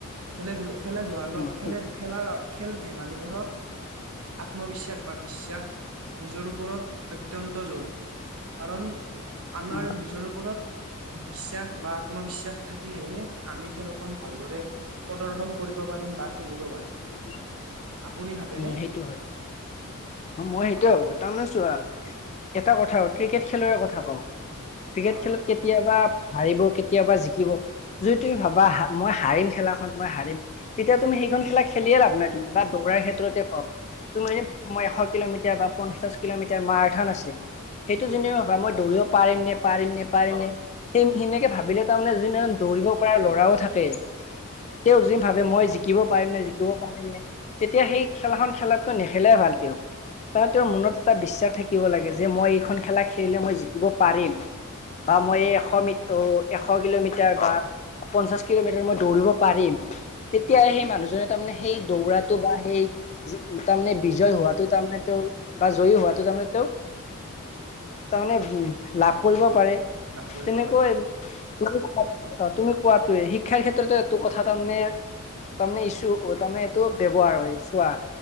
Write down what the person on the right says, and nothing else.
খেলে ধূল খেলে ধূলা ন,
খেলে
ধূ। খেলাৰ অ খেল-ধেমালিবোৰত আত্মবিশ্বাস বা বিশ্বাস। নিজৰ ওপৰত অত্যন্ত জৰুৰী। কাৰণ, আমাৰ
নিজৰ ওপৰত। বিশ্বাস বা আত্মবিশ্বাস থাকিলেহে আমি খেলখন ভালদৰে প্ৰদৰ্শন কৰিব পাৰ। ৰিম বা খেলিব পাৰিম।
আপুনি ভাবেনে?
হয়
হয়
হয়
হয়
হয়
উম
হয়
উম
লাভ কৰিব
পাৰিম